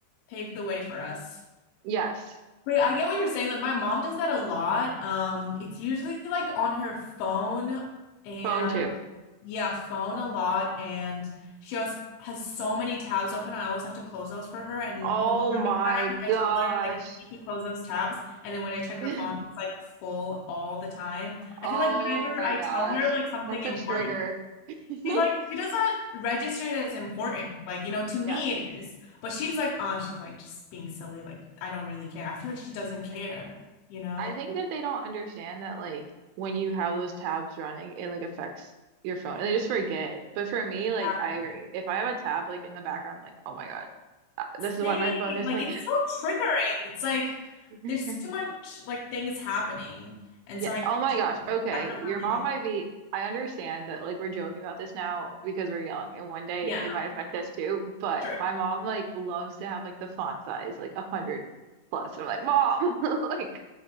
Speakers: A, on the left; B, on the right.
A: paved the way for us.
B: yes,
A: Wait, I get what
B: yeah,
A: you're saying. Like my mom does that a lot. Um, it's usually like on her phone and
B: phone too.
A: Yeah, phone a lot, and she has has so many tabs open. I always have to close those for her, and
B: Oh
A: no matter
B: my
A: how many times I
B: gosh.
A: tell her like you should close those tabs, and then when I check
B: <laughs>
A: her phone, it's like full all the time.
B: Oh
A: I feel like whenever
B: my
A: I
B: gosh.
A: tell her like something
B: That's a
A: important,
B: trigger. <laughs>
A: she's like she doesn't register it as important. Like you know, to me
B: Yes.
A: it is, but she's like, oh, she's like just being silly. Like I don't really care. I feel like she doesn't care.
B: Yeah.
A: You know?
B: I think that they don't understand that like when you have those tabs running, it like affects your phone and they just forget. But for me,
A: Exactly.
B: like I agree. If I have a tab like in the background, I'm like, oh my God, uh, this is
A: Same.
B: why my phone is
A: Like
B: like
A: it's so triggering. It's
B: <laughs>
A: like there's too much
B: <laughs>
A: like things happening, and
B: Yeah.
A: so I can't
B: Oh my
A: do
B: gosh.
A: it.
B: Okay.
A: I don't know
B: Your
A: how they
B: mom
A: do.
B: might be, I understand that like we're joking about this now because we're young and one day
A: Yeah,
B: it might affect us too. But
A: true.
B: my mom like loves to have like the font size like a hundred plus. And I'm like, Mom, <laughs> like